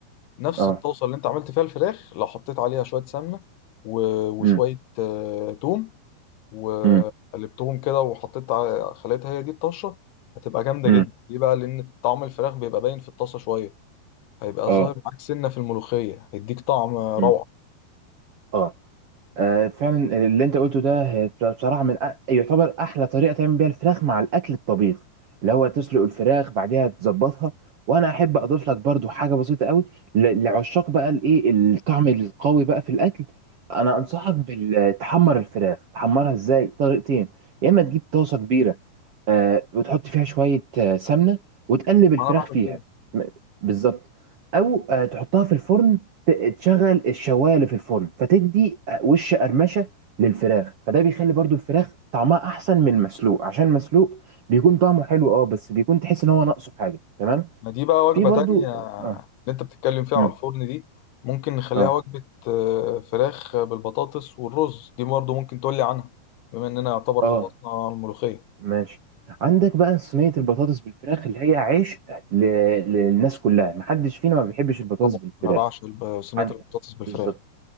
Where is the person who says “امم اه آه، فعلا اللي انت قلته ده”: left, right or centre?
Right